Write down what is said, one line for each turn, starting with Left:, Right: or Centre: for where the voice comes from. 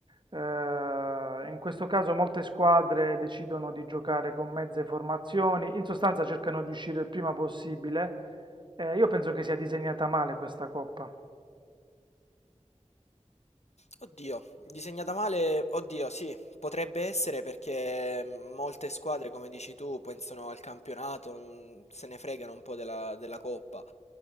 Right: Eh, in questo caso molte squadre decidono di giocare con mezze formazioni, in sostanza cercano di uscire il prima possibile. Eh, io penso che sia disegnata male questa Coppa.
Left: Oddio, disegnata male, oddio, sì, potrebbe essere perché molte squadre, come dici tu, pensano al campionato, non- se ne fregano un po' della, della coppa.